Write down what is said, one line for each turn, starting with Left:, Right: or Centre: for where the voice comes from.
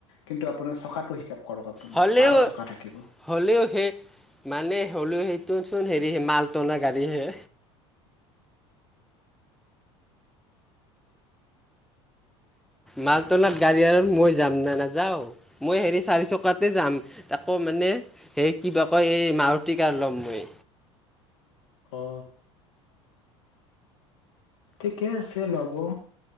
Left: কিন্তু আপোনাৰ চকাটো হিচাপ কৰক। আপুনি
Centre: হ'লেও
Left: বাৰ চকা থাকিব
Centre: হ'লেও সেই মানে হ'লেও সেইটো চুন হেৰি মা ল টনা গাড়ী হে। মালটনাত গাড়ী আৰু মই যাম নে নাযাওঁ। মই হেৰি চাৰি চকাতে যাম, আকৌ মানে সেই কিবা কয় এই মাৰুতি কাৰ ল'ম মই।
Left: অ। ঠিকে আছে ল'ব,